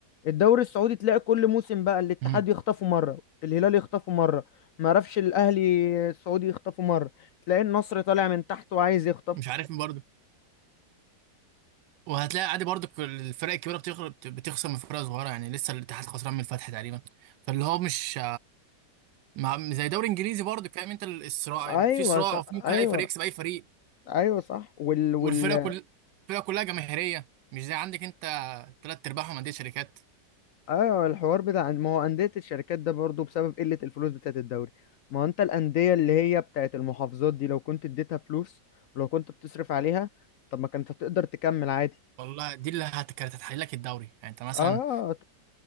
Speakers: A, on the left (about 70°); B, on the right (about 85°).
A: الدوري السعودي تلاقي كل موسم بقى الاتحاد
B: امم
A: يخطفه مره الهلال يخطفه مره ما عرفش الاهلي السعودي يخطفه مره تلاقي النصر طالع من تحت وعايز يخطف
B: مش عارف برضه وهتلاقي عادي برضه الفرق الكبيره بتخسر بتخسر من فرق صغيره يعني لسه الاتحاد خسران من الفتح تقريبا فاللي هو مش مع- زي دوري انجليزي برضه فاهم انت الصراع
A: ايوه
B: في صراع
A: صح
B: وفي ممكن
A: ايوه
B: اي فريق يكسب اي فريق
A: ايوه صح وال وال
B: والفرق كل الفرق كلها جماهيريه مش زي عندك انت تلات ارباعهم انديه شركات
A: ايوه الحوار بتاع ما هو انديه الشركات ده برضو بسبب قله الفلوس بتاعت الدوري ما هو انت الانديه اللي هي بتاعت المحافظات دي لو كنت اديتها فلوس ولو كنت بتصرف عليها طب ما كانت هتقدر تكمل عادي
B: والله دي اللي هت- كانت هتحل لك الدوري يعني انت مثلا
A: اه